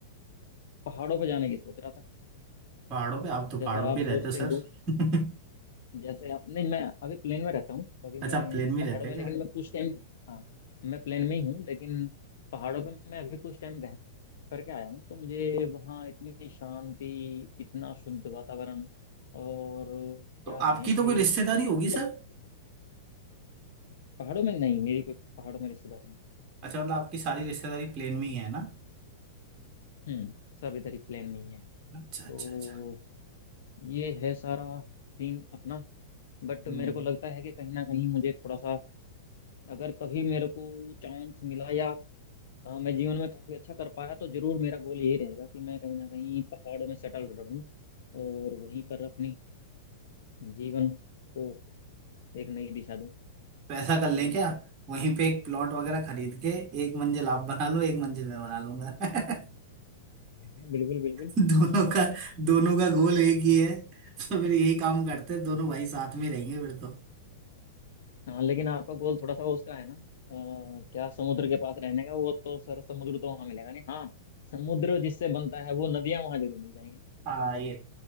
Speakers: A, on the left (about 70°); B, on the right (about 30°).
A: पहाड़ों पर जाने की सोच रहा था
B: पहाड़ों पे आप तो
A: जैसा
B: पहाड़ों
A: आप
B: पे ही
A: सोचते
B: रहते हो सर
A: हो
B: <laughs>
A: जैसे आप नहीं मैं अभी प्लेन में रहता हूँ अभी
B: अच्छा
A: मैं
B: आप प्लेन में
A: पहाड़ों
B: रहते हैं
A: में
B: क्या
A: लेकिन मैं कुछ टाइम हाँ मैं प्लेन में ही हूँ लेकिन पहाड़ों पे मैं अभी कुछ टाइम रह करके आया हूँ तो मुझे वहाँ इतनी शांति इतना शुद्ध वातावरण और क्या
B: तो
A: कहें
B: आपकी
A: कि
B: तो कोई रिश्तेदारी होगी
A: मतलब
B: सर
A: पहाड़ों में नहीं मेरी कोई पहाड़ों में रिश्तेदारी नहीं
B: अच्छा मतलब आपकी सारी रिश्तेदारी प्लेन में ही है ना
A: हम्म सब इधर ही प्लेन में ही है
B: अच्छा अच्छा
A: तो
B: अच्छा
A: ये है सारा सीन अपना बट
B: हम्म
A: मेरे को लगता है कि कहीं ना कहीं मुझे थोड़ा सा अगर कभी मेरे को चांस मिला या अ, मैं जीवन में काफ़ी अच्छा कर पाया तो जरूर मेरा गोल यही रहेगा कि मैं कहीं ना कहीं पहाड़ों में सेटल रहूं और वहीं पर अपनी जीवन को एक नई दिशा दूं
B: तो ऐसा कर लें क्या वहीं पे एक प्लॉट वगैरह खरीद के एक मंजिल आप बना लो एक मंजिल मैं बना लूंगा <laughs>
A: हाँ बिल्कुल बिल्कुल
B: दोनों का दोनों का गोल एक ही है <laughs> तो फिर यही काम करते हैं दोनों भाई साथ में रहेंगे फिर तो
A: हाँ लेकिन आपका गोल थोड़ा सा वो उसका है ना अ, क्या समुद्र के पास रहने का वो तो सर समुद्र तो वहां मिलेगा नहीं हाँ समुद्र जिससे बनता है वो नदियां वहां जरूर मिल जाएंगी
B: हाँ ये